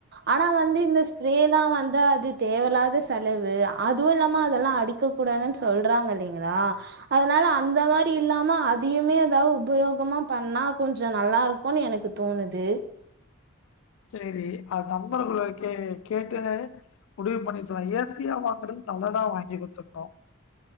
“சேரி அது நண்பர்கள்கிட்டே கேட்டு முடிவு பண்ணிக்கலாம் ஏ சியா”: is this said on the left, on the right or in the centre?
Left